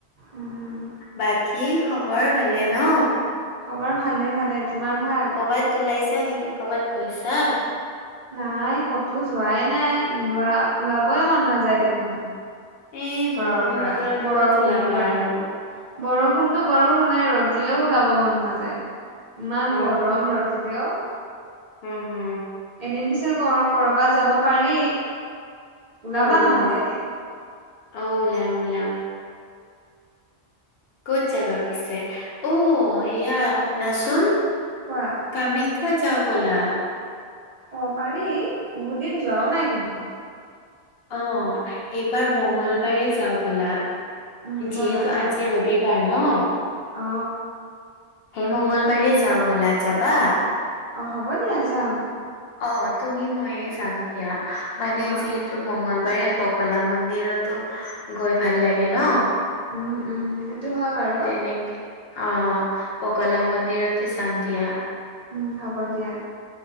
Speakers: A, on the right; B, on the left.
A: উম
B: বাকী খবৰ ভালে ন?
A: খবৰ ভালে ভালে। তোমাৰ ভাল?
B: কবাত ওলাইছা নেকি কবাত গৈছা?
A: নাই কতো যোৱাই নাই ওলোৱা ওলাবই মন নাযায় দেখোন।
B: এই
A: ঘৰৰ
B: বৰষুণ
A: পৰা
B: বতৰত
A: বৰষুণটোৰ
B: ক'ত ওলাবা
A: কাৰণে।
B: আৰু
A: বৰষুণতো বৰষুণে ৰ'দ দিলেও ওলাব মন নাযায়। ইমান
B: অ
A: গৰম ৰ'দ দিলেও।
B: উ হু।
A: এদিন পিছে কৰ ক'ৰবাত যাব পাৰি ওলাবা
B: হুম হুম
A: নহ'লে এদিন?
B: অ ওলাম ওলাম। ক'ত যাবা পিছে, অ সেয়া শুনাচোন?
A: কোৱা?
B: কামাখ্যা যাওঁ ব'লা।
A: অ পাৰি বহুত দিন যোৱাও নাই কিন্তু।
B: অ এইবাৰ মঙ্গলবাৰে যাওঁ বলা।
A: উম
B: যিহেতু
A: ব'লা যাওঁ
B: আজি
A: ব'লা।
B: ৰবিবাৰ ন।
A: অ
B: সেই মংগলবাৰে যাও বলা, যাবা?
A: অ হ'ব দিয়া যাম।
B: অ তুমি ময়ে যাম দিয়া মানে
A: অ
B: যিহেত- থু মংগলবাৰে বগলা মন্দিৰতো গৈ ভাল লাগে ন।
A: উম উম সেইটো হয় বাৰু
B: তেনেকে অ বগলা মন্দিৰতে যাম দিয়া।
A: উম হ'ব দিয়া।